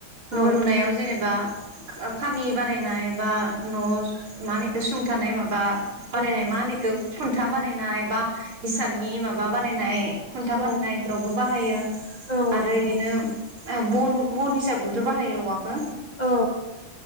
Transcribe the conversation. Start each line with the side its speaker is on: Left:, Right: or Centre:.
Left: औ
Right: न लुनायाव जेनेबा खामि बानायनाय बा न माहोनोबेखौ सुंथानाय माबा बानायनाय
Left: औ
Right: मा ओनो इखौ खुन्था बानायनाय बा हिसाननि माब बा-बानायनाय खुन्था
Left: औ
Right: फामनायफ्रावबो बाहायो
Left: औ
Right: आरो इदिनो बन बन हिसाबैबोथ' बाहायो औवाखो
Left: औ